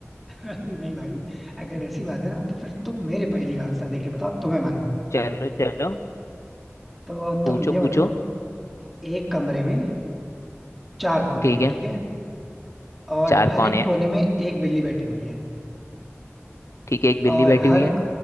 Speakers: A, in the centre; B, on the left (about 80°).
A: <laughs> अरे नहीं भाई अगर ऐसी बात है ना तो फिर तुम मेरे पहेली का आंसर देके बताओ तो मैं मानू
B: चलो चलो
A: तो तुम
B: पूछो
A: ये बताओ
B: पूछो
A: कि एक कमरे में चार कोने
B: ठीक
A: हैं
B: है
A: ठीक है और
B: चार
A: हर
B: कौन
A: एक
B: है
A: कोने में एक बिल्ली बैठी हुई है
B: ठीक है एक बिल्ली
A: और
B: बैठी
A: हर
B: हुई
A: एक
B: है